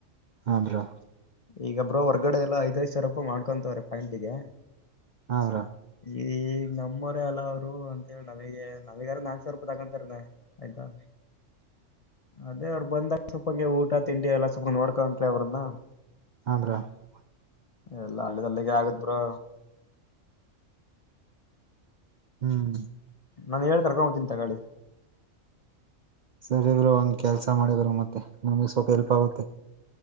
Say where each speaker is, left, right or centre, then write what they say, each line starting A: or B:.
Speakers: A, on the right; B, on the left.
A: ಹಾ ಬ್ರೋ
B: ಈಗ ಬ್ರೋ ಹೊರ್ಗಡೆ ಎಲ್ಲ ಐದ್ಐದು ಸಾವಿರ ರೂಪಾಯಿ ಮಾಡ್ಕೊಂತವ್ರ ಪಾಯಂಟಿಗೆ
A: ಹಾ ಬ್ರೋ
B: ಈ ನಮ್ಮೂರೇ ಅಲ್ಲ ಅವರು ಅಂತ ಹೇಳಿ ನಮಗೆ ನಮಗಾರ ನಾಲ್ಕ್ ಸಾವಿರ ರೂಪಾಯಿ ತಗೊಂತಾರ್ ತ ಆಯ್ತಾ
A: <unintelligible>
B: ಅದೇ ಅವ್ರು ಬಂದಾಗ ಸ್ವಲ್ಪಂಗೆ ಊಟ ತಿಂಡಿ ಎಲ್ಲ ಸ್ವಪ ನೊಡ್ಕಂಡ್ರೆ ಅವ್ರನ್ನ
A: <unintelligible>
B: ಎಲ್ಲಾ ಹಲ್ಲಿಗ್ ಹಲ್ಲಿಗೆ ಆಗತ್ತೆ ಬ್ರೋ
A: ಹ್ಮ್
B: ನಾನು ಹೇಳ್ ಕರ್ಕೊಂಡ ಬರ್ತಿನ್ ತಗಳಿ
A: ಸರಿ ಬ್ರೋ ಹಂಗ್ ಕೆಲ್ಸ ಮಾಡಿ ಬ ಮತ್ತೆ ನಮ್ಗೆ ಸ್ವಲ್ಪ ಎಲ್ಪ್ ಆಗುತ್ತೆ.